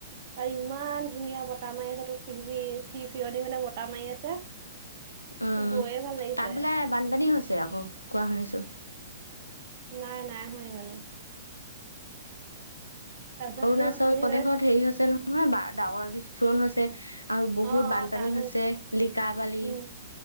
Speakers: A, on the right; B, on the left.
A: তাৰ ইমান ধুনীয়া বতাহ মাৰি আছে তোক <unintelligible> ফিৰ-ফিৰনি মানে বতাহ মাৰি আছে।
B: উম,
A: তোৰ গৈয়ে ভাল লাগিছে
B: তাত বোলে বানপানী হৈছে আকৌ কোৱা শুনিছোঁ।
A: নাই, নাই, হোৱা ইমানো। তাৰপিছততো
B: অৰুণাচল
A: আমি
B: প্ৰদেশত
A: বোলে
B: হেৰি হৈছে নহয় বা ডাৱৰ বিস্ফোৰণ হৈছে। আৰু বহুত
A: অ
B: বানপানী
A: অ তাত
B: হৈছে লিকা বালি
A: উম